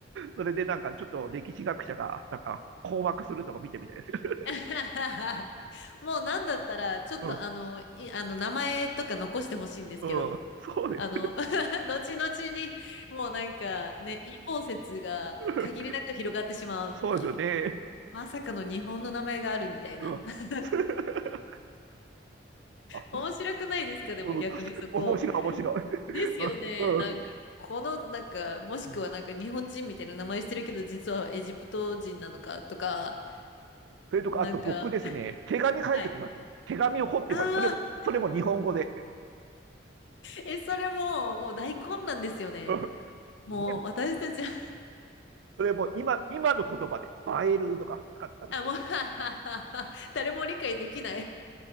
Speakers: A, on the right; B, on the left.
A: それでなんかちょっと歴史学者がなんか困惑するのを見てみたいですよ。
B: <laughs> もうなんだったら、ちょっとあの、
A: うん、
B: い、あの、名前とか残してほしいんですけど、
A: うん、そうです。
B: あの、<laughs> 後々に、もうなんかね、陰謀説が限りなく広がってしまう。
A: <laughs> そうですよね。
B: まさかの日本の名前があるみたいな。
A: うん。
B: <laughs>
A: <laughs> あ
B: 面白くないですかでも逆にそこ。
A: うん、確かに面白い、面白い。<laughs>
B: ですよね。
A: うん。
B: なんか、この、なんか、もしくはなんか日本人みたいな名前してるけど、
A: うん
B: 実はエジプト人なのかとか、
A: それとか、
B: なんか、
A: あと僕ですね、手紙書いておきますよ。
B: はい。
A: 手紙を掘ってます。
B: ああ、
A: それも、それも日本語で。
B: え、それもう、もう大混乱ですよね。
A: <laughs> ね、
B: もう私たちは、
A: それも今、今の言葉で、映えるとか使ったりして、
B: <laughs> あ、もう、<laughs> はっはっはっは誰も理解できない。